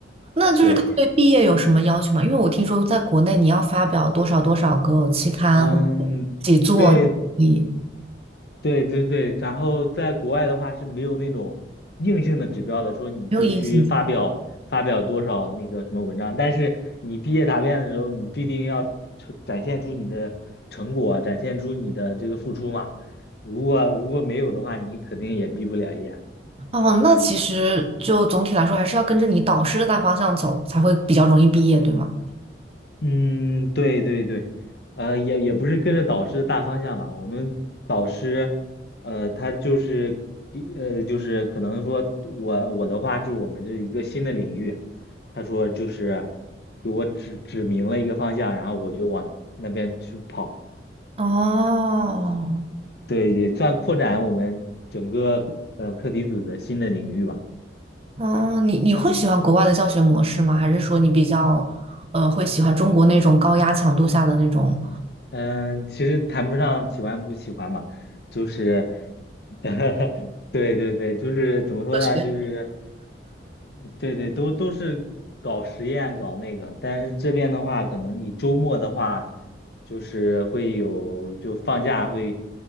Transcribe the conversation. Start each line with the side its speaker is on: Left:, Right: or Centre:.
Right: 那就是他对毕业有什么要求吗？
Left: 对，
Right: 因为我听说在国内你要发表多少多少个期刊或者几座，
Left: 嗯。对，
Right: 你
Left: 对对对，然后在国外的话是没有那种硬性的指标的，说你必须发表发表多少那个什么文章，
Right: 没有硬性说。
Left: 但是你毕业答辩的时候，你必定要呈展现出你的成果，展现出你的这个付出嘛。如果如果没有的话，你肯定也毕不了业。
Right: 哦，那其实就总体来说还是要跟着你导师的大方向走，才会比较容易毕业，对吗？
Left: 嗯，对对对，呃，也也不是跟着导师的大方向嘛。我们导师，呃，他就是一，呃，就是可能说我我的话是我们这一个新的领域，他说就是给我指指明了一个方向，然后我就往那边去跑。
Right: 哦，
Left: 对，也算扩展我们整个呃课题组的新的领域吧。
Right: 哦，你你会喜欢国外的教学模式吗？还是说你比较呃会喜欢中国那种高压强度下的那种？
Left: 嗯，其实谈不上喜欢不喜欢嘛，就是，<laughs> 对对对，就是怎么说呢，
Right: 科学
Left: 就是，对对，都都是搞实验搞那个，但是这边的话，可能你周末的话，就是会有就放假会